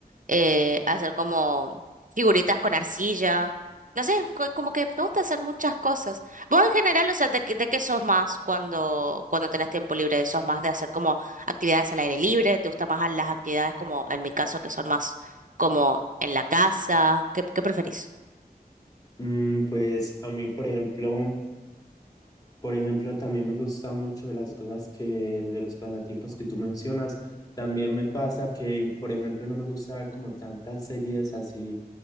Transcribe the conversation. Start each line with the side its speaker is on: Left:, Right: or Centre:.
Right: eh, hacer como figuritas con arcilla. No sé, co- como que me gusta hacer muchas cosas. Vos en general, o sea, ¿de, qué- de qué sos más cuando, cuando tenés tiempo libre? ¿Sos más de hacer como actividades al aire libre? ¿Te gustan más las actividades como, en mi caso, que son más como en la casa? ¿Qué, qué preferís?
Left: mm, pues a mí, por ejemplo, por ejemplo, también me gusta mucho de las cosas que, de los pasatiempos que tú mencionas. También me pasa que, por ejemplo, no me gusta ver como tantas series así